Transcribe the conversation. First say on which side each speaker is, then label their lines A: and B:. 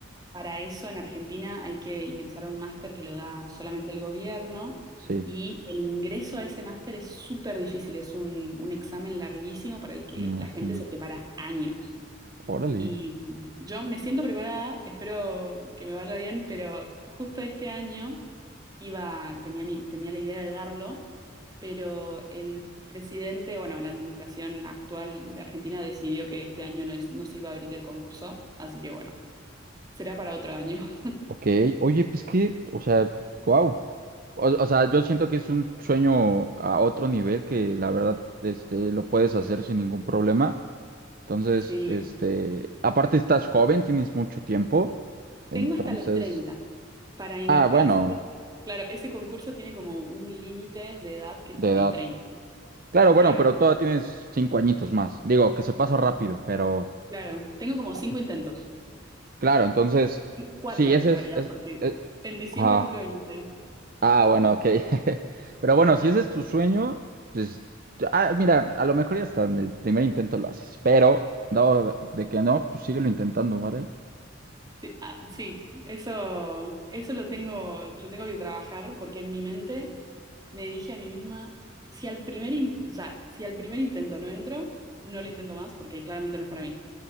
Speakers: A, on the right; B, on the right.
A: para eso en Argentina hay que ingresar a un máster que lo da solamente el gobierno
B: sí,
A: y el ingreso a ese máster es súper difícil, es un, un examen larguísimo para el que
B: me imagino.
A: la gente se prepara años.
B: Órale.
A: Y mm, yo me siento preparada, espero que me vaya bien, pero justo este año iba, tenía, mi- tenía la idea de darlo, pero el presidente, bueno, la administración actual de Argentina decidió que este año no, is- no se iba a abrir el concurso, así que bueno. Será para otro año. <laughs>
B: Ok, oye, pues que, o sea, wow. O, o sea, yo siento que es un sueño a otro nivel que la verdad, este, lo puedes hacer sin ningún problema. Entonces,
A: Sí.
B: este, aparte estás joven, tienes mucho tiempo. Entonces,
A: Tengo hasta los 30 para ingre-
B: ah, bueno,
A: para hacer. Claro, ese concurso tiene como un límite de edad que
B: de
A: es hasta
B: edad.
A: los 30.
B: Claro, bueno,
A: Claro,
B: pero todavía tienes cinco añitos más. Digo, que se pasa rápido, pero
A: claro. Tengo como cinco
B: ah,
A: intentos.
B: claro, entonces,
A: Cuatro
B: sí, ese
A: en realidad,
B: es, es,
A: porque
B: es-
A: en diciembre
B: ajá.
A: cumplo 26.
B: Ah, bueno, ok. <laughs> Pero bueno, si
A: Sí.
B: ese es tu sueño, pues, ah, mira, a lo mejor ya hasta en el primer intento lo haces, pero dado de que no, pues síguelo intentando, ¿vale?
A: Sí, ah, sí. Eso, eso lo tengo, lo tengo que trabajar porque en mi mente me dije a mí misma, si al primer, in- o sea, si al primer intento no entro, no lo intento más porque claramente no es para mí.